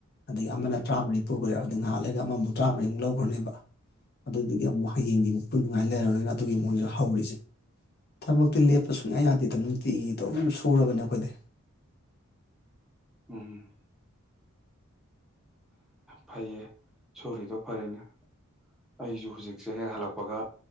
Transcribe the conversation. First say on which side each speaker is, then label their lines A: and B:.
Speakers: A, on the left; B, in the centre.
A: ꯑꯗꯒꯤ ꯑꯃꯅ
B: ꯎꯝ
A: ꯇꯔꯥꯃꯔꯤ ꯄꯨꯈ꯭ꯔꯦꯕ ꯑꯗꯩ ꯉꯍꯥꯛ ꯂꯩꯒ ꯑꯃꯃꯨꯛ ꯇꯔꯥꯃꯔꯤꯃꯨꯛ ꯂꯧꯈ꯭ꯔꯅꯦꯕ ꯑꯗꯨꯗꯨꯒꯤ ꯑꯃꯨꯛ ꯍꯌꯦꯡꯒꯤꯃꯨꯛ ꯄꯨꯅꯤꯉꯥꯏ ꯂꯩꯔꯔꯣꯏꯅ ꯑꯗꯨꯒꯤ ꯃꯣꯏꯁꯨ ꯍꯧꯔꯤꯁꯦ ꯊꯕꯛꯇꯤ ꯂꯦꯞꯄ ꯁꯨꯡꯌꯥꯗꯦꯗ ꯅꯨꯡꯇꯤꯒꯤ ꯑꯗꯨꯝ ꯁꯨꯔꯕꯅꯦ ꯑꯩꯈꯣꯏꯗ
B: ꯎꯝ ꯐꯩꯌꯦ ꯁꯨꯔꯤꯗꯣ ꯐꯔꯤꯅꯦ ꯑꯩꯁꯨ ꯍꯧꯖꯤꯛꯁꯦ ꯍꯦꯛ ꯍꯜꯂꯛꯄꯒ